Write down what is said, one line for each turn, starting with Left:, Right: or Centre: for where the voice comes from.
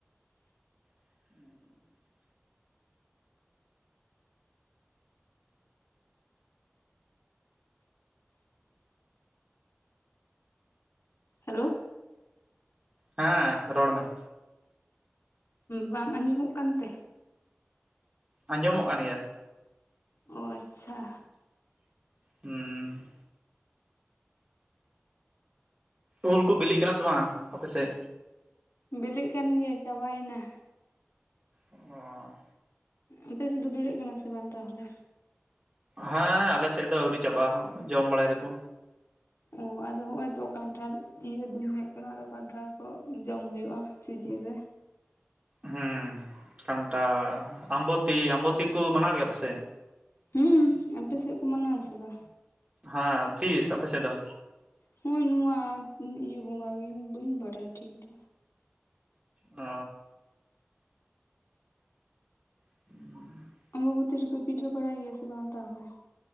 Right: <unintelligible>
Left: ᱦᱮᱞᱳᱼᱼ
Right: ᱦᱮᱸ ᱨᱚᱲ ᱢᱮ᱾
Left: ᱵᱟᱝ ᱟᱸᱡᱚᱢᱚᱜ ᱠᱟᱱᱛᱮ?
Right: ᱟᱸᱡᱚᱢᱚᱜ ᱠᱟᱱ ᱜᱮᱭᱟ᱾
Left: ᱚ ᱟᱪᱪᱷᱟ᱾
Right: ᱦᱩᱸ᱾ ᱩᱞ ᱠᱚ ᱵᱤᱞᱤᱜ ᱠᱟᱱᱟ ᱥᱮ ᱵᱟᱝ ᱟᱯᱮ ᱥᱮᱫ?
Left: ᱵᱤᱞᱤᱜ ᱠᱟᱱ ᱜᱮᱭᱟ ᱪᱟᱵᱟᱭᱮᱱᱟ᱾
Right: ᱚᱼᱼ
Left: ᱟᱯᱮ ᱥᱮᱫ ᱫᱚ ᱵᱤᱞᱤᱜ ᱠᱟᱱᱟ ᱥᱮ ᱵᱟᱝ ᱛᱟᱦᱚᱞᱮ?
Right: ᱦᱮᱸ ᱟᱞᱮ ᱥᱮᱫ ᱫᱚ ᱟᱣᱨᱤ ᱪᱟᱵᱟ ᱦᱚᱸ ᱡᱚᱢ ᱵᱟᱲᱟᱭ ᱫᱟᱠᱚ᱾
Left: ᱚ ᱟᱫᱚ ᱦᱚᱸᱜ ᱚᱭ ᱛᱚ ᱠᱟᱱᱴᱷᱟᱲ ᱤᱭᱟᱹ ᱫᱤᱱ ᱦᱮᱡ ᱟᱠᱟᱱᱟ ᱟᱫᱚ ᱠᱟᱱᱴᱷᱟᱲ ᱠᱚ ᱡᱚᱢ ᱦᱩᱭᱩᱜᱼᱟ, ᱥᱤᱡᱤᱱ ᱨᱮᱼᱼ
Right: ᱦᱩᱸ ᱠᱟᱱᱴᱷᱟᱲ ᱟᱢᱵᱛᱤ ᱟᱢᱵᱛᱤ ᱠᱚ ᱢᱟᱱᱟᱣ ᱜᱮᱭᱟ ᱟᱯᱮᱥᱮᱫ?
Left: ᱦᱩᱸ ᱟᱯᱮ ᱥᱮᱫ ᱠᱚ ᱢᱟᱱᱟᱣᱟ ᱥᱮ ᱵᱟᱝ?
Right: ᱦᱟᱸ ᱛᱤᱥ ᱟᱯᱮ ᱥᱮᱫ ᱫᱚ?
Left: ᱦᱩᱭ ᱱᱚᱶᱟ ᱤᱭᱟᱹ ᱵᱚᱸᱜᱟ ᱜᱮ ᱵᱟᱹᱧ ᱵᱟᱲᱟᱭᱟ ᱴᱷᱤᱠ ᱫᱚ᱾
Right: ᱚᱼᱼ <inaudible>
Left: ᱚᱢᱵᱚᱵᱚᱛᱤ ᱨᱮᱯᱮ ᱯᱤᱴᱷᱟᱹ ᱵᱟᱲᱟᱭ ᱜᱮᱭᱟ ᱥᱮ ᱵᱟᱝ ᱛᱟᱦᱚᱞᱮ?